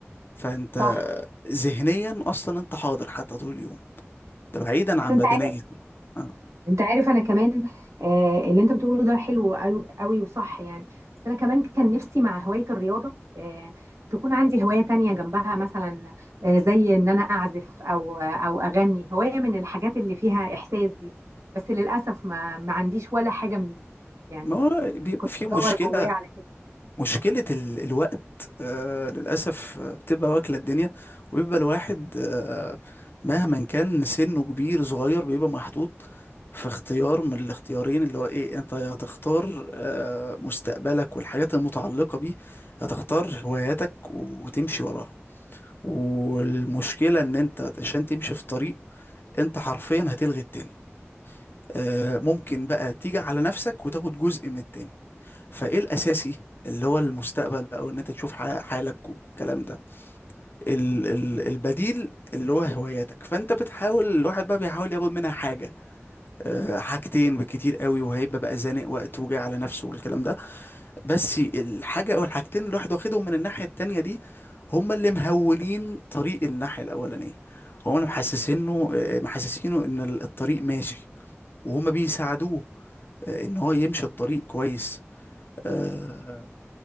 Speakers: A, on the left; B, on the right.
A: فانت
B: صح
A: ذهنيا اصلا انت حاضر حتى طول اليوم ده بعيدا
B: بس
A: عن
B: انت
A: بدنيا
B: عارف
A: آه.
B: انت عارف انا كمان آه اللي انت بتقوله ده حلو قوي قوي وصح يعني بس انا كمان كان نفسي مع هواية الرياضة آه تكون عندي هواية تانية جنبها مثلا آه زي ان انا اعزف او او اغني هواية من الحاجات اللي فيها احساس دي بس للاسف ما ما عنديش ولا حاجة من دي يعني
A: ما هو بيبقى
B: كنت
A: في
B: بدور
A: مشكلة
B: جوايا على
A: مشكلة ال- الوقت آه للأسف آه، بتبقى واكلة الدنيا وبيبقى الواحد آه مهما كان سنه كبير صغير بيبقى محطوط في اختيار من الاختيارين اللي هو ايه انت يا هتختار آه مستقبلك والحاجات المتعلقة بيه هتختار هواياتك وتمشي وراها والمشكلة ان انت عشان تمشي في طريق انت حرفيا هتلغي التاني آه ممكن بقى تيجي على نفسك وتاخد جزء من التاني فايه الاساسي اللي هو المستقبل بقى وان انت تشوف ح- حالك والكلام ده ال ال البديل اللي هو هواياتك فانت بتحاول الواحد بقى بيحاول ياخد منها حاجه أه حاجتين بالكتير قوي وهيبقى بقى زانق وقت وجاي على نفسه والكلام ده بس الحاجه او الحاجتين اللي الواحد واخدهم من الناحيه التانيه دي هما اللي مهولين طريق الناحيه الاولانيه هما اللي محسسينه آه، محسسينه ان الطريق ماشي وهما بيساعدوه آه، ان هو يمشي الطريق كويس آه،